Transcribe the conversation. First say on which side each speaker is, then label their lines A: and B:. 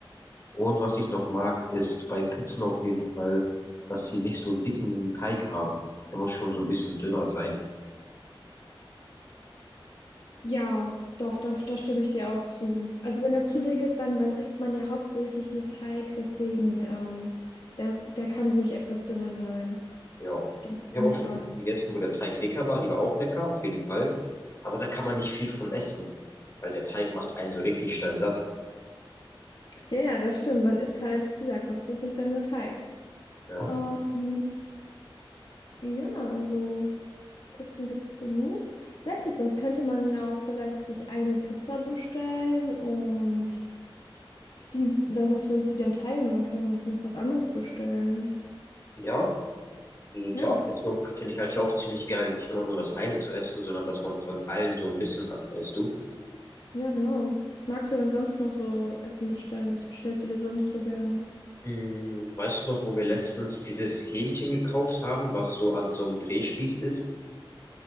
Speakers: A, on the left; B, on the left.
A: Und was ich noch mag, ist bei Pizzen auf jeden Fall, dass sie nicht so dicken Teig haben. Der muss schon so ein bisschen dünner sein.
B: Ja, doch, da, da stimme ich dir auch zu. Also wenn er zu dick ist, dann, dann isst man ja hauptsächlich nur Teig, deswegen, ähm, der, der kann ruhig etwas dünner sein.
A: Ja.
B: Das
A: Ich
B: finde
A: habe auch
B: ich
A: schon
B: auch.
A: Pizzen gegessen, wo der Teig dicker war. Die war auch lecker, auf jeden Fall. Aber da kann man nicht viel von essen, weil der Teig macht einen so richtig schnell satt.
B: Ja, ja, das stimmt. Man isst halt, wie gesagt, hauptsächlich dann nur Teig.
A: Ja.
B: Ähm, ja, also Pizzen gibt es genug. Ich weiß nicht, sonst könnte man ja auch vielleicht sich eine Pizza bestellen und die, na, dass wir uns die dann teilen und dann können wir uns noch was anderes bestellen.
A: Ja, So zur
B: Ja, was?
A: Abwechslung finde ich eigentlich auch ziemlich geil, nicht immer nur das eine zu essen, sondern dass man von allem so ein bisschen hat, weißt du?
B: Ja, genau. Was magst du denn sonst noch so Essen bestellen? Was bestellst du dir sonst so gerne?
A: Hm, weißt du noch, wo wir letztens dieses Hähnchen gekauft haben, was so an so einem Drehspieß ist?